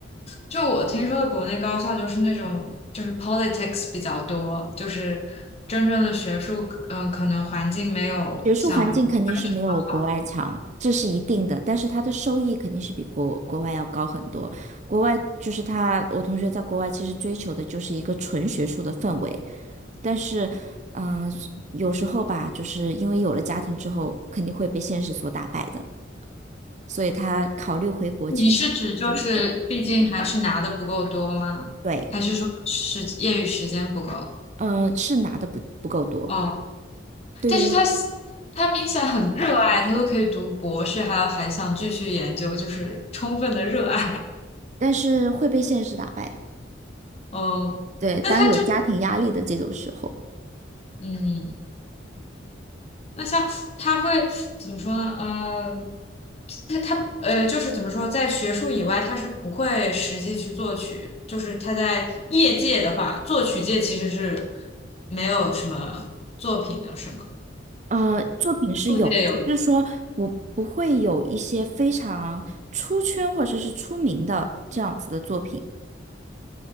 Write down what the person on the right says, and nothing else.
学术环境肯定是没有国外强，这是一定的，但是它的收益肯定是比国国外要高很多。国外就是他，我同学在国外其实追求的就是一个纯学术的氛围，但是，嗯、有时候吧，就是因为有了家庭之后，肯定会被现实所打败的，所以他考虑回国其实不是一个
对，
嗯，是拿的不不够多，
对于，
但是会被现实打败，
对，当有家庭压力的这种时候。
呃，作品是有，
就是说不不会有一些非常出圈或者是出名的这样子的作品，